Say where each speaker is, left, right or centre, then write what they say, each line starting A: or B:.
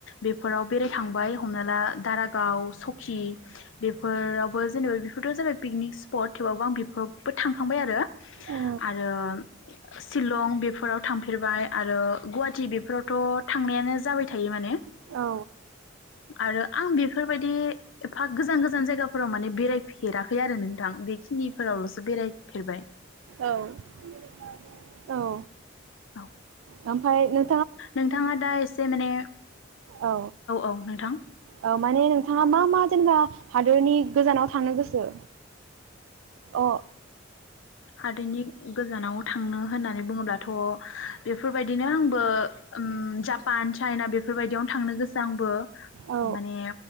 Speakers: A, on the left (about 70°); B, on the right (about 85°).
A: बेफोराव बेरायखांबाय हमना ला दारागाव सकि बेफोरावबो जेनेबा बेफोरथ' जाबाय पिकनिक स्पट थेवबाबबो आं बेफोरावबो थांखांबाय आरो। आरो
B: औ
A: शिलं बेफोराव थांफेरबाय आरो गुवाहाटि बेफोरावथ' थांनायानो जाबाय थायो माने
B: औ
A: आरो आं बे बेफोरबायदि एफा गोजान-गोजान जायगाफोराव माने बेरायफेराखै आरो नों थां बेखिनिफोरावल'सो बेरायफेरबाय।
B: औ-औ
A: औ
B: ओमफाय नों
A: नोंथाङा दा एसे माने
B: औ
A: औ नोंथां
B: ओ माने नों थाङा मा-मा जेनेबा हादरनि गोजानाव थांनो गोसो अ
A: हादैनि गोजानाव थांनो होननानै बुङोब्लाथ' बेफोरबायदिनो आंबो उम जापान चाइना बेफोरबायदियावनो थांनो गोसो आंबो।
B: औ
A: माने